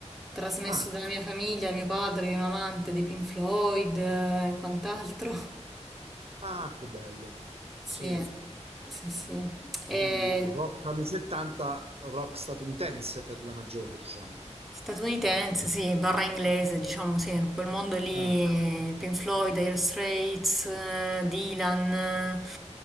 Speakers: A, in the centre; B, on the right.
A: trasmesso
B: Ah,
A: dalla mia famiglia, mio padre che è un amante dei Pink Floyd e quant'altro.
B: ah, che bello.
A: Sì,
B: Sì.
A: sì, sì. E
B: Quindi un rock anni 70, rock statunitense per la maggiore, diciamo.
A: Statunitense, sì, barra inglese, diciamo, sì, quel mondo lì,
B: Ah,
A: Pink Floyd, Dire Straits, eh, Dylan, eh,